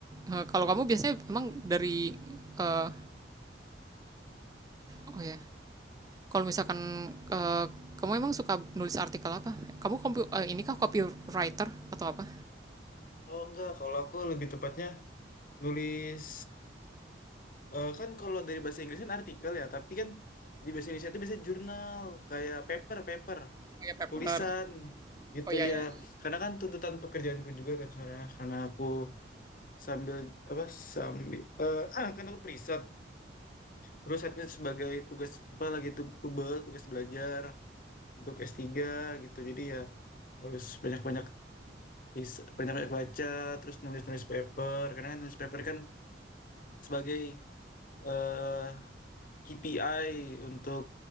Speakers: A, on the right; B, on the left.
A: Eh, kalau kamu biasanya emang dari eh, oh ya, yeah. kalau misalkan eh, kamu emang suka nulis artikel apa? Kamu kompu, eh, ini kah copywriter atau apa?
B: Oh enggak, kalau aku lebih tepatnya nulis Eh, kan kalau dari bahasa Inggris kan artikel ya, tapi kan di bahasa Indonesia itu biasanya jurnal, kayak paper, paper,
A: Oh ya paper.
B: tulisan gitu
A: Oh ya,
B: ya.
A: ya.
B: Karena kan tuntutan pekerjaanku juga kan sebenarnya, karena aku sambil apa sambil eh ah, kan aku preset, terus setnya sebagai tugas apa lagi tu- tubel, tugas belajar untuk s tiga gitu. Jadi ya harus banyak-banyak is- banyak-banyak baca, terus nulis-nulis paper, karena nulis paper kan sebagai eh KPI untuk